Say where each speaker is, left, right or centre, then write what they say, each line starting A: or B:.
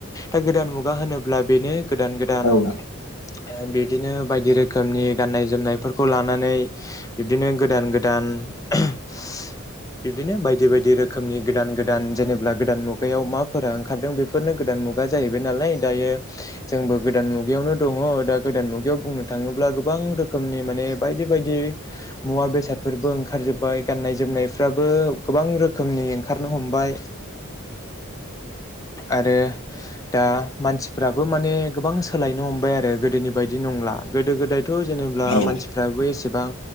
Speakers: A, on the left (about 15°); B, on the left (about 70°).
A: ओ गोदान मुगा होनोब्ला बेनो गोदान गोदान
B: औ
A: ओ
B: नोंथां
A: बिदिनो बायदि रोखोमनि गाननाय जोमनायफोरखौ लानानै बिब्दिनो गोदान गोदान उम बिब्दिनो बायदि बायदि रोखोमनि गोदान गोदान जेनेब्ला गोदान मुगायाव माफोरा ओंखारदों बेफोरनो गोदान मुगा जाहैबाय नालाय दायो जोंबो गोदान मुगायावनो दङ दा गोदान मुगायाव बुंनो थाङोब्ला गोबां रोखोमनि माने बायदि बेबायदि मुवा बेसादफोरबो ओंखारजोबबाय गाननाय जोमनायफ्राबो गोबां रोखोमनि ओं खारनो हमबाय आरो दा मानसि फोराबो माने गोबां सोलायनो हमबाय आरो गोदोनि बायदि नंला गोदो गोदाय थ' जेनेब्ला
B: औ
A: मानसिफ्रा
B: औ
A: बो एस ेबां